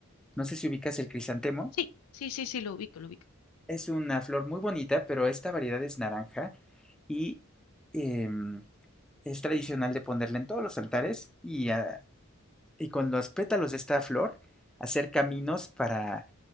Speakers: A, in the centre; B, on the left (about 80°).
A: No sé si ubicas el crisantemo.
B: Sí, sí, sí, sí, lo ubico, lo ubico.
A: Es una flor muy bonita, pero esta variedad es naranja y em, es tradicional de ponerla en todos los altares y a- y con los pétalos de esta flor hacer caminos para